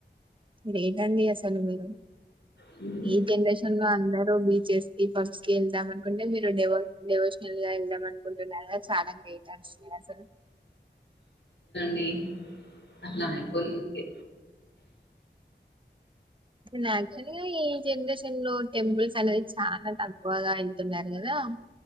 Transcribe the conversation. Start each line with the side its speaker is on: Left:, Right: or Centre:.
Right: గ్రేటండి అసలు మీరు
Left: హ్మ్.
Right: ఏ జనరేషన్ లో అందర్ చేస కి పబ్బ్ కి వెళ్దాం అనుకుంటే మీరు డివో డివోషన్ ల్ వెళ్దం అనుకుంటున్నారా చాలా గ్రేట్ అండి మీరసలు.
Left: డి అట్లనకుళ్ళీ ఊకే.
Right: యాక్చ్వల్లి జనరేషన్ లో టెంపుల్స్ అనేది చానా తక్కువగా వెళ్తున్నారు కదా.